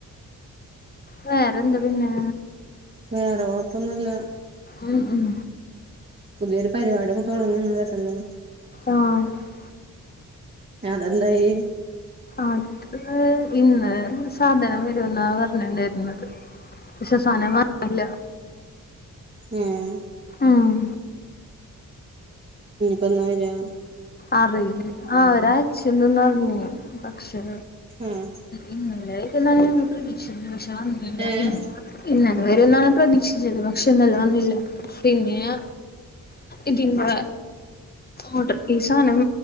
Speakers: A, on the left; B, on the right.
A: വേറെന്താ പിന്നെ?
B: വേറെ കൊഴപ്പൊന്നുല്ല
A: ഉം ഉം
B: പുതിയൊരു പരിപാടിയൊക്കെ തുടങ്ങന്ന് കേട്ടല്ലോ?
A: ആഹ്
B: അതെന്തായി?
A: അത് ഇന്ന് സാധനം വരുന്ന പറഞ്ഞണ്ടായിര്ന്നത്. ശേ സന മല്ല
B: ഉം
A: ആഹ്
B: പന്നായിര
A: അറിയി ആഹ് ഒരാ ചോറിഞ്ഞ പക്ഷെ
B: ആഹ്
A: ഇന്ന് ഒരായു ഷാന്നില്ല
B: ഏഹ്
A: പി ഇന്ന അത് വരന്നാണ് പ്രതീക്ഷിച്ചത് പക്ഷെന്നല്ല വന്നില്ല പിന്നെ ഞാ ഇതിന്റെ ഓഡ ഈ സാനം